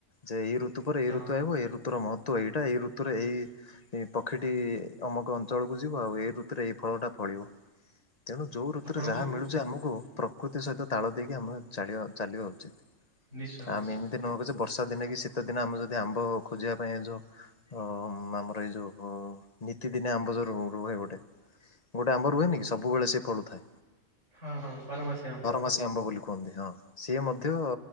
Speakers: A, on the left (about 35°); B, on the right (about 75°).
A: ଯେ ଏଇ ଋତୁ ପରେ ଏଇ
B: ହଁ
A: ଋତୁ ଆଇବ ଏଇ ଋତୁର ମହତ୍ଵ ଏଇଟା ଏଇ ଋତୁରେ ଏଇ ଏ ପକ୍ଷୀଟି ଅମକ ଅଞ୍ଚଳକୁ ଯିବ ଆଉ ଏଇ ଋତୁରେ ଏଇ ଫଳଟା ଫଳିବ। ତେଣୁ ଯଉ ଋତୁରେ
B: ଆପଣଙ୍କୁ
A: ଯାହା ମିଳୁଛି ଆମକୁ ପ୍ରକୃତି ସହିତ ତାଳ ଦେଇକି ଆମେ ଚାଲିବା ଚାଲିବା ଉଚିତ।
B: ନିଶ୍ଚୟ ନିଶ୍ଚୟ
A: ଆମେ ଏମିତି ନୁହ କି ଯେ ବର୍ଷା ଦିନେ କି ଶୀତ ଦିନ ଆମେ ଯଦି ଆମ୍ବ ଖୋଜିବା ପାଇଁ ଯୋଉ। ଓ ଆମର ଏଇ ଯୋଉ ନିତିଦିନି ଆମ୍ବ ଯଉ ରୁ ରୁହେ ଗୋଟେ। ଗୋଟେ ଆମ୍ୱ ରୁହେନ କି ସୁବୁ ବେଳେ ସେ ଫଳୁଥାଏ।
B: ହଁ ହଁ ବାର ମାସି ଆମ୍ୱ।
A: ମାସି ଆମ୍ବ ବୋଲି କୁହନ୍ତି ହଁ ସିଏ ମଧ୍ୟ